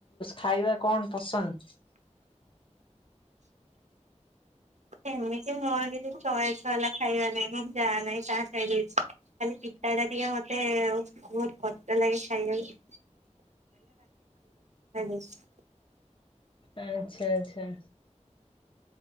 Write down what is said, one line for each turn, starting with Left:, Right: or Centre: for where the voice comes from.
Left: ଖାଇବା କଣ ପସନ୍ଦ।
Right: ସେମିତି ମୋ ଆଉ କିଛି ଚଏସ ବାଲା ଖାଇବା ନାଇଁ ମୁଁ ଯାହା ନାହିଁ ତାହା ଖାଇଦେବି। ଖାଲି ପିତା ଟା ଟିକେ ମତେ ବହୁତ କଷ୍ଟ ଲାଗେ ଖାଇବାକୁ। <unintelligible>
Left: ଆଚ୍ଛା ଆଚ୍ଛା।